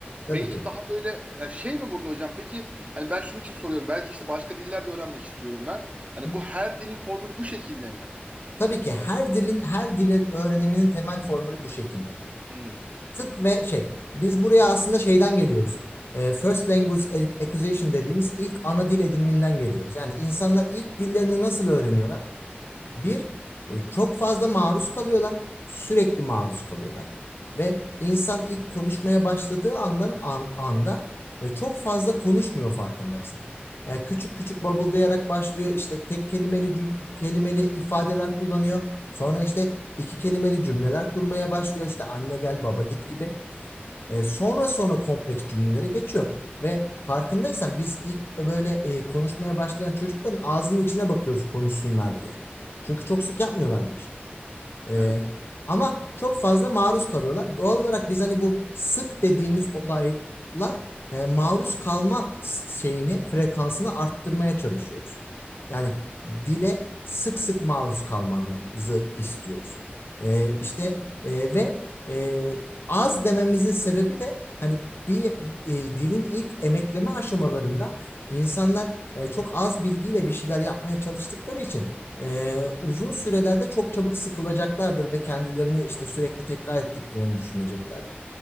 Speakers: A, on the left; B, on the right.
A: Tabii
B: beynin
A: ki.
B: daha böyle e, şey mi burada hocam? Peki hani ben şunun için soruyorum. Belki işte başka diller de öğrenmek istiyorum ben. Hani
A: Hı.
B: bu her dilin formülü bu şekilde mi?
A: Tabii ki her dilin her dile öğreniminin temel formülü bu şekilde.
B: Hmm.
A: Tık ve şey. Biz buraya aslında şeyden geliyoruz. Ee, First Language Ac- Acquisition dediğimiz ilk ana dil ediniminden geliyoruz. Yani insanlar ilk dillerini nasıl öğreniyorlar? Bir, e, çok fazla maruz kalıyorlar. Sürekli maruz kalıyorlar. Ve insan ilk konuşmaya başladığı andan an- anda e, çok fazla konuşmuyor farkındaysan. Yani küçük küçük babıldayarak başlıyor. İşte tek kelimeli
B: Hı hı.
A: cüm- kelimeli ifadeler kullanıyor. Sonra işte iki kelimeli cümleler kurmaya başlıyor. İşte anne gel baba git gibi. E, sonra sonra kompleks cümlelere geçiyor. Ve farkındaysan biz ilk böyle e, konuşmaya başlayan çocukların ağzının içine bakıyoruz konuşsunlar diye. Çünkü çok sık yapmıyorlar bu işi. Ee,
B: Evet.
A: ama çok fazla maruz kalıyorlar. Doğal olarak biz hani bu sık dediğimiz olayla e, maruz kalma s- şeyini, frekansını arttırmaya çalışıyoruz. Yani dile sık sık maruz kalmanızı istiyoruz. Ee,
B: Hı hı.
A: işte e, ve e, az dememizin sebebi de hani bir e, dilin ilk emekleme aşamalarında insanlar e, çok az bilgiyle bir şeyler yapmaya çalıştıkları için e, uzun sürelerde çok çabuk sıkılacaklardır ve kendilerini işte sürekli tekrar ettiklerini düşüneceklerdir.